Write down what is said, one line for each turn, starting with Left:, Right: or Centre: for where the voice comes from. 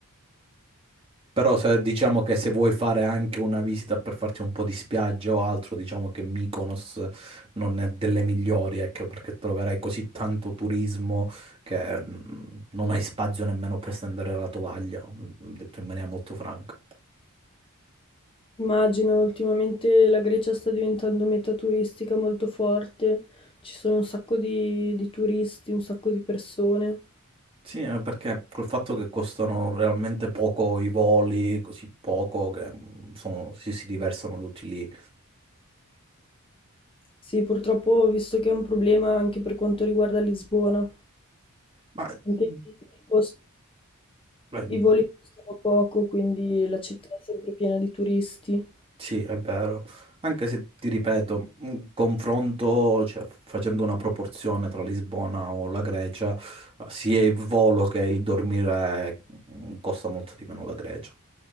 Right: Però se, diciamo che se vuoi fare anche una visita per farti un po' di spiaggia o altro, diciamo che Mykonos non è delle migliori, ecco, perché troverai così tanto turismo che mm, non hai spazio nemmeno per stendere la tovaglia, mm, detto in maniera molto franca.
Left: Immagino, ultimamente la Grecia sta diventando meta turistica molto forte, ci sono un sacco di, di turisti, un sacco di persone.
Right: Sì, eh, perché col fatto che costano realmente poco i voli, così poco, che mm, sono- si, si riversano tutti lì.
Left: Sì, purtroppo ho visto che è un problema anche per quanto riguarda Lisbona.
Right: Ma
Left: Anche
Right: mm,
Left: lì i costi
Right: beh,
Left: I voli costano poco, quindi la città è sempre piena di turisti.
Right: Sì, è vero. Anche se ti ripeto, un confronto, cioè, f- facendo una proporzione tra Lisbona o la Grecia, sia il volo che il dormire mm, costa molto di meno la Grecia,